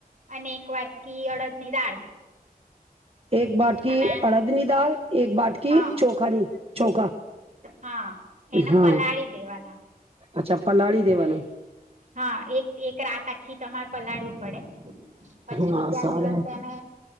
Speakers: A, on the right; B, on the right.
A: અને એક વાટકી અડદની દાળ.
B: એક બાટકી
A: અને
B: અડદની દાલ એક બાટકી
A: હા
B: ચોખાની ચોખા,
A: હા એને
B: હા.
A: પલાળી દેવાના
B: અચ્છા પલાળી દેવાનું.
A: હા એક એક રાત આખી તમારે પલાળવું પડે. પછી
B: હા
A: બીજા
B: સારું
A: દિવસે એને